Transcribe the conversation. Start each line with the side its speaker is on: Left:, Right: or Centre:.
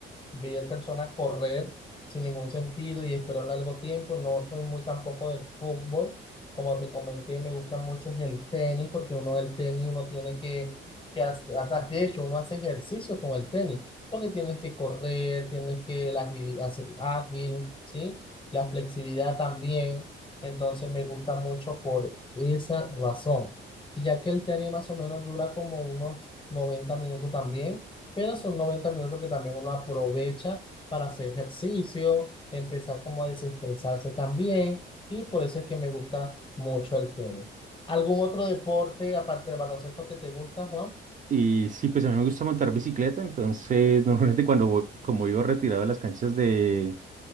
Left: ver personas correr sin ningún sentido y esperar largo tiempo. No soy muy tampoco del fútbol, como te comenté, me gusta mucho es el tenis, porque uno el tenis, uno tiene que, que hacer, de hecho, uno hace ejercicio con el tenis, porque tienes que correr, tienes que la agili- hacer ágil, ¿sí? La flexibilidad también. Entonces me gusta mucho por esa razón ya que el tenis más o menos dura como unos 90 minutos también, pero son 90 minutos que también uno aprovecha para hacer ejercicio, empezar como a desestresarse también, y por eso es que me gusta mucho el tenis. ¿Algún otro deporte aparte del baloncesto que te gusta, Juan?
Right: Y sí, pues a mí me gusta montar bicicleta, entonces <laughs> normalmente cuando voy- como vivo retirado de las canchas de,